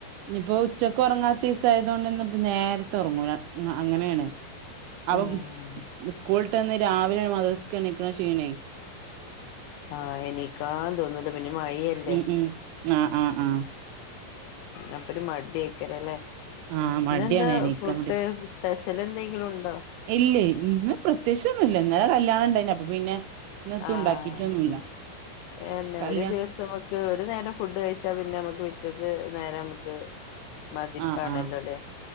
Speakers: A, on the right; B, on the left.
A: ഇഞ്പ്പോ ഉച്ചക്ക് ഒറങ്ങാതീസായതോണ്ട് ന്നെ ഇപ്പ നേരത്തെ ഒറങ്ങും ര അങ്ങനെണ് അപ്പം
B: ആഹ്
A: സ്കൾട്ടെന്ന് രാവിലെ മദ്റസക്ക് എണിക്ണ ക്ഷീണേ
B: ആഹ് എണീക്കാ തോന്നുല പിന്നെ മഴല്ലേ
A: ഉം ഉം ആഹ് ആഹ് ആഹ്
B: അപ്പ ഒരു മടിയ്ക്കാരം അല്ലേ
A: ആഹ് മടിയാണ്
B: ഇന്നെന്താ
A: എണീക്കാൻ
B: ഫുഡ്
A: മടി
B: സ്പെഷ്യല് എന്തെങ്കിലും ഉണ്ടോ?
A: ഇല്ലേ ഇന്ന് പ്രത്യേകിച്ചൊന്നുല്ല ഇന്നലെ കല്യാണം ഇണ്ടായിനി അപ്പൊ പിന്നെ ഇന്നെത്തും
B: ആഹ്
A: ഉണ്ടാക്കിട്ടൊന്നുല്ല
B: എന്നെ
A: കല്യാ
B: ഒരു ദിവസം മ ഒരു നേരം ഫുഡ് കഴിച്ചാ പിന്നെ നമ്മക്ക് പിറ്റേന്ന് നേരം ക്ക് മതിപ്പാണല്ലോ
A: ആഹ് ആഹ്
B: ലെ